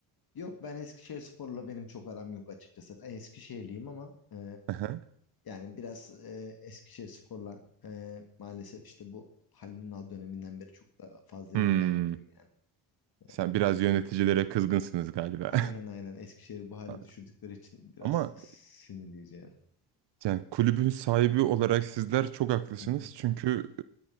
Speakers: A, on the left; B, on the right.
A: Yok ben Eskişehir sporla benim çok aram yok açıkçası. Ben Eskişehirliyim ama e,
B: <laughs>
A: yani biraz e, Eskişehir sporla e, maalesef işte bu Halil Ünal döneminden beri çok da fazla
B: Hmm.
A: ilgilenmiyorum yani. E,
B: Sen biraz yöneticilere kızgınsınız galiba.
A: aynen aynen Eskişehir'i bu hale
B: <laughs>
A: düşürdükleri için biraz
B: Ama
A: sinirleyeceğim.
B: yani kulübün sahibi olarak sizler çok haklısınız.
A: <laughs>
B: Çünkü